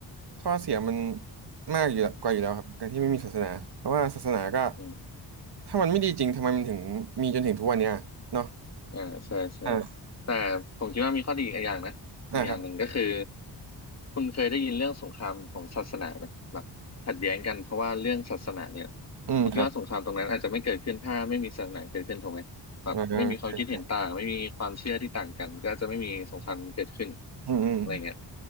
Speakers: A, on the right (about 60°); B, on the left (about 35°).
A: ข้อเสียมันมากอยู่แล้วกว่าอยู่แล้วครับการที่ไม่มีศาสนาเพราะว่าศาสนาก็
B: อืม
A: ถ้ามันไม่ดีจริงทำไมมันถึงมีจนถึงทุกวันเนี้ยเนาะ
B: อ่าใช่ใช่
A: อ่า
B: แต่ผมคิดว่ามีข้อดีอีกอย่างนะอีกอย่างหนึ่งก็คือ
A: อ่าครับ
B: คุณเคยได้ยินเรื่องสงครามของศาสนาไหมแบบขัดแย้งกันเพราะว่าเรื่องศาสนาเนี่ย
A: อืมครับ
B: ผมคิดว่าสงครามตรงนั้นอาจจะไม่เกิดขึ้นถ้าไม่มีศาสนาเกิดขึ้นถูกไหมแบบไม่มีความคิดเห็นต่างไม่มีความเชื่อที่ต่างกันก็จะไม่มีสงครามเกิดขึ้น
A: อ่าใช่อืมอืม
B: อะไรเงี้ย